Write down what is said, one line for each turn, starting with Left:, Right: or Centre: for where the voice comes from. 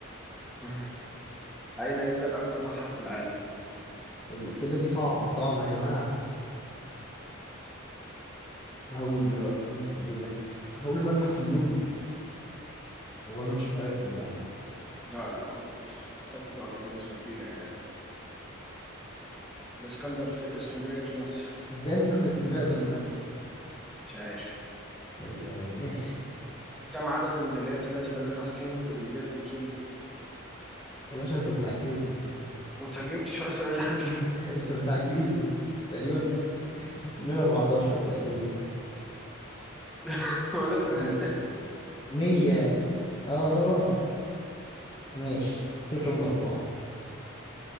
Centre: مم. <laughs> أين يوجد أقدم متحف في العالم؟
Left: الأسئلة دي صعبة صعبة يا جماعة هقول دلوقتي هجيب لك هقول متحف اللوفر وانا مش متأكد يعني
Centre: لا لا غلط أعتقد غلط بنسبة كبيرة يعني الإسكندر في اسكندرية في مصر
Left: ازاي متحف الاسكندرية أقدم من متحف
Centre: مش عارف
Left: غريبة أوي ماشي
Centre: كم عدد الميداليات التي نالتها الصين في أولمبياد بكين؟
Left: يا باشا انت بتعجزني
Centre: أنت ما جبتش ولا سؤال لحد دلوقتي
Left: <laughs> انت بتعجزني تقريبا 114 تقريبا
Centre: <laughs> ولا سؤال
Left: تقريبا 100
Centre: 100 ميدالية
Left: اه آه، ماشي صفر من أربعة